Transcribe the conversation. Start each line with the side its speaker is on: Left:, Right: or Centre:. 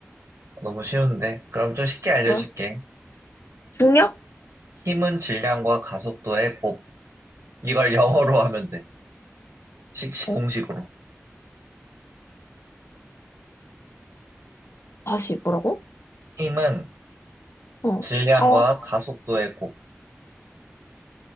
Right: 너무 쉬운데? 그럼 좀 쉽게 알려줄게.
Left: 뭐야? 중력?
Right: 힘은 질량과 가속도의 곱. 이걸 영어로 하면 돼. 식,
Left: 어?
Right: 공식으로.
Left: 다시, 뭐라고?
Right: 힘은
Left: 어,
Right: 질량과
Left: 파워.
Right: 가속도의 곱.